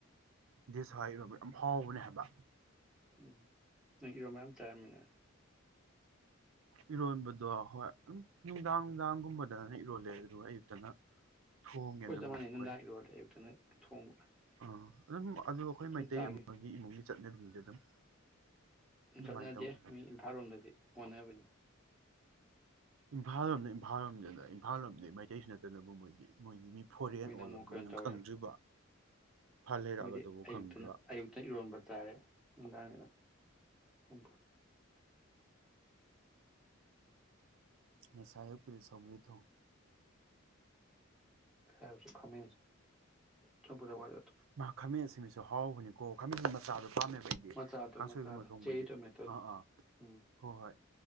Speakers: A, on the right; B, in the centre.
A: ꯗꯦꯁ ꯍꯋꯥꯏ ꯏꯔꯣꯝꯕ ꯌꯥꯝ ꯍꯥꯎꯕꯅꯦ ꯍꯥꯏꯕ
B: ꯎꯝ ꯅꯪ ꯏꯔꯣꯝꯕ ꯌꯥꯝ ꯆꯥꯔꯝꯃꯤꯅ
A: ꯏꯔꯣꯟꯕꯗꯣ ꯍꯣꯏ ꯑꯗꯨꯝ ꯅꯨꯡꯗꯥꯡ ꯅꯨꯡꯗꯥꯡꯒꯨꯝꯕꯗꯅ ꯏꯔꯣꯜꯂꯦ ꯑꯗꯨꯒ ꯑꯌꯨꯛꯇꯅ ꯊꯣꯡꯉꯦ
B: ꯍꯣꯏ
A: ꯑꯅꯝꯕꯅ
B: ꯆꯞ ꯃꯥꯟꯅꯩ
A: ꯑꯩꯈꯣꯏ
B: ꯅꯨꯡꯗꯥꯡ ꯏꯔꯣꯜꯂꯦ ꯑꯌꯨꯛꯇꯅ ꯊꯣꯡꯕ
A: ꯑ ꯑꯗꯨ ꯑꯗꯨ ꯑꯈꯣꯏ
B: ꯁꯨꯝ
A: ꯃꯩꯇꯩ
B: ꯆꯥꯒꯤ
A: ꯑꯃꯒꯤ ꯏꯃꯨꯡꯒꯤ ꯆꯠꯅꯕꯤꯅꯤꯗ ꯑꯗꯨꯝ ꯑꯗꯨꯃꯥꯏꯅ
B: ꯆꯠꯅꯗꯦ
A: ꯇꯧꯅꯕꯅꯦ
B: ꯃꯤ ꯏꯝꯐꯥꯜ ꯂꯣꯝꯗꯗꯤ ꯑꯣꯟꯅꯕꯅꯤ
A: ꯏꯝꯐꯥꯜ ꯂꯣꯝꯗ ꯏꯝꯐꯥꯜ ꯂꯣꯝꯗ ꯏꯝꯐꯥꯜ ꯂꯣꯝꯗꯤ ꯃꯩꯇꯩꯁꯤꯁꯨ ꯅꯠꯇꯅꯕꯨ ꯃꯣꯏꯗꯤ ꯃꯣꯏꯗꯤ ꯃꯤ ꯐꯣꯔꯦꯟ
B: ꯃꯣꯏꯅ
A: ꯑꯣꯜꯂꯕꯨ
B: ꯑꯃꯨꯛ ꯀꯩꯅꯣ
A: ꯅꯪ
B: ꯇꯧꯋꯦ
A: ꯈꯪꯗ꯭ꯔꯤꯕ ꯐ ꯂꯩꯔꯛꯑꯒꯗꯨꯕꯨ
B: ꯃꯣꯏꯗꯤ
A: ꯈꯪꯗ꯭ꯔꯣ
B: ꯑꯌꯨꯛꯇꯅ ꯑꯌꯨꯛꯇꯅ ꯏꯔꯣꯟꯝꯕ ꯇꯥꯔꯦ ꯅꯨꯡꯗꯥꯡ ꯑꯣꯝꯕ
A: ꯉ ꯁꯥꯏꯗ ꯁꯣꯏꯊꯧꯊꯧ
B: ꯍꯁ ꯈꯝ ꯆꯝꯄꯨꯗ ꯋꯥ
A: ꯃꯥ ꯈꯝꯃꯦ ꯑꯁꯤ ꯁꯨ ꯍꯥꯎꯕꯅꯤꯀꯣ ꯈ ꯃꯆꯥꯗꯣ ꯄꯥꯝꯃꯦꯕ ꯑꯩꯗꯤ
B: ꯃꯆꯥꯗꯣ
A: ꯀꯥꯡꯁꯣꯏꯒꯨꯝꯕ
B: ꯃꯆꯥꯗꯣ
A: ꯊꯣꯡꯕꯩꯗꯤ
B: ꯆꯦꯔꯤ ꯇꯣꯃꯦꯇꯣꯗꯣ
A: ꯑꯥ ꯑꯥ
B: ꯎꯝ
A: ꯍꯣꯏ ꯍꯣꯏ